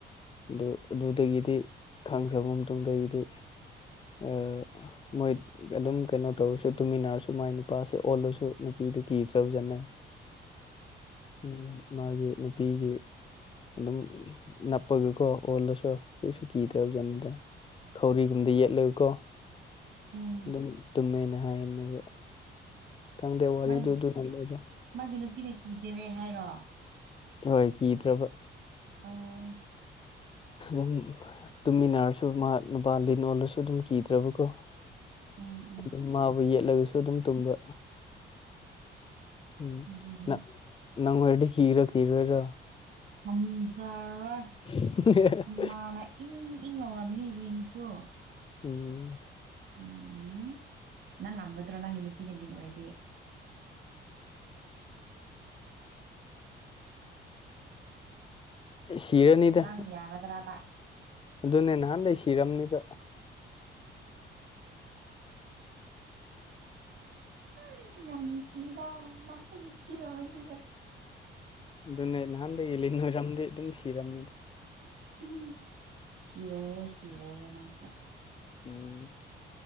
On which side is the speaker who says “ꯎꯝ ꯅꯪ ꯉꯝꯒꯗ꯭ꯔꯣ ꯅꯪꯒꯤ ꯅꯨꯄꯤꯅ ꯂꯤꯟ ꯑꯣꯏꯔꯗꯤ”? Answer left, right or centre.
Right